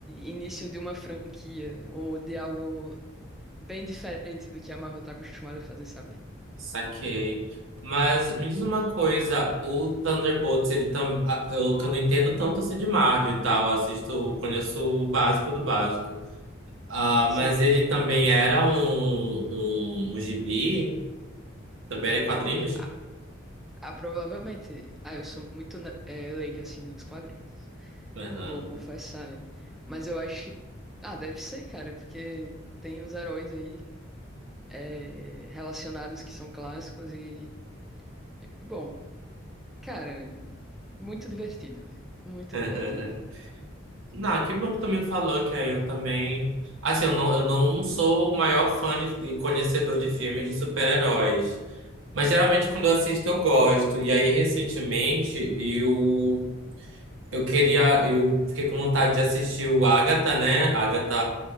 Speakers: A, in the centre; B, on the right (about 75°).
A: início de uma franquia ou de algo bem diferente do que a Marvel tá acostumada a fazer, sabe?
B: Saquei. Mas me diz uma coisa, o Thunderbolts, ele tam... ah, eu, que eu não entendo tanto assim de Marvel e tal, assisto, conheço o básico do básico. Ah,
A: Sim.
B: mas ele também era um, um, um gibi? Também era em quadrinhos?
A: Ah, ah, provavelmente. Ah, eu sou muito na- eh, leiga assim nos quadrinhos.
B: Aham.
A: Vou confessar, hein? Mas eu acho que. Ah, deve ser, cara, porque tem uns heróis aí eh, relacionados que são clássicos e. Bom, cara, muito divertido, velho. Muito
B: <laughs>
A: divertido.
B: Não, que bom que também falou que aí eu também. Assim, eu não, eu não sou o maior fã de, e conhecedor de filmes de super-heróis. Mas geralmente quando eu assisto eu gosto. E aí, recentemente, eu, eu queria. Eu fiquei com vontade de assistir o Agatha, né? Agatha